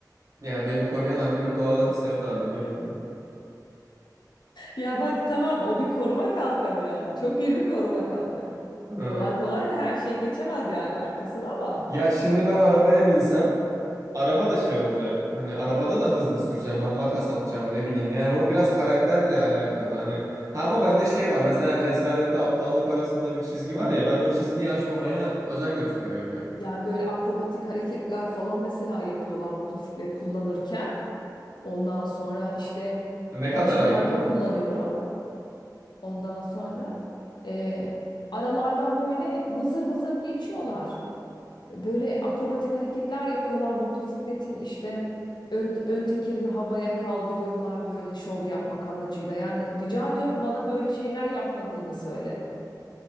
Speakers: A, on the right (about 45°); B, on the left (about 85°).
A: Ya beni koruyan annemin duaları Sevda biliyorsun yani.
B: Ya bak tamam o bir koruma kalkanı yani. Çok iyi bir koruma kalkanı.
A: <laughs> Hı.
B: Kolay kolay da her şey geçemez yani arkasına ama.
A: Ya şimdi ben arabaya binsem Araba da şey olacak. Hani arabada da hızlı süreceğim. Ben makas atacağım ne bileyim. Yani o biraz karakterle alakalı. Hani ha ama bende şey var. Mesela cesaretle aptallık arasında bir çizgi var ya. Ben o çizgiyi aşmamaya özen gösteriyorum yani.
B: Yani böyle akrobatik hareketler falan mesela yapıyorlar motosiklet kullanırken. Ondan sonra işte
A: Ne kadar
B: ben şimdi
A: ayıp
B: araba
A: değil
B: kullanıyorum.
A: mi?
B: Ondan sonra e, aralardan böyle vızır vızır geçiyorlar. Böyle akrobatik hareketler yapıyorlar. Motosikletin işte ön, ön tekerini havaya kaldırıyorlar böyle şov yapmak amacıyla. Yani rica ediyorum bana böyle şeyler yapmadığını söyle.